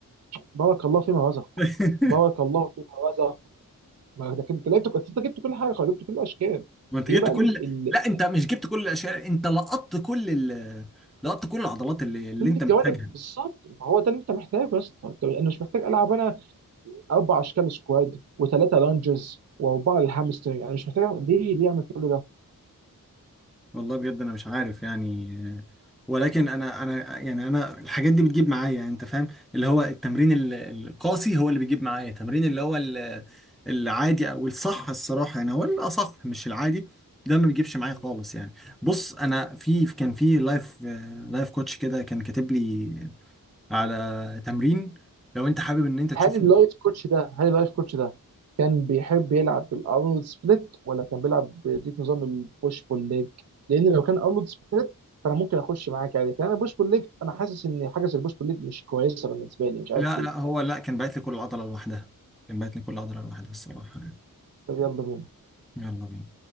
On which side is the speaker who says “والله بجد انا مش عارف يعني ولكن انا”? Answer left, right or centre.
Centre